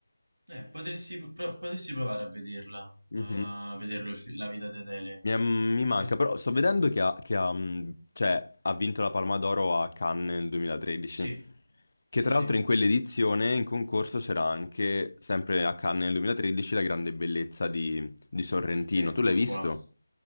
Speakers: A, on the right; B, on the left.
A: eh, potresti, pro- potresti provare a vederla,
B: Uh-huh.
A: a la- a vederlo, il fi- La vita di Adele.
B: Mi, mi manca,
A: Per-
B: però sto vedendo che, ha, che ha, mh, cioè, ha vinto la Palma d'Oro a Cannes nel 2013,
A: Sì,
B: che
A: sì,
B: tra
A: sì.
B: l'altro in quell'edizione in concorso c'era anche, sempre a Cannes nel 2013, La grande bellezza di, di Sorrentino.
A: Ecco
B: Tu l'hai visto?
A: qua.